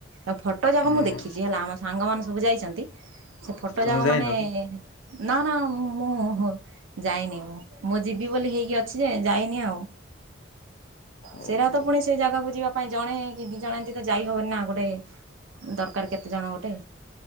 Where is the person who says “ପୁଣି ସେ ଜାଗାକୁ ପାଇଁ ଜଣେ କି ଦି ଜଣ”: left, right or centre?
Right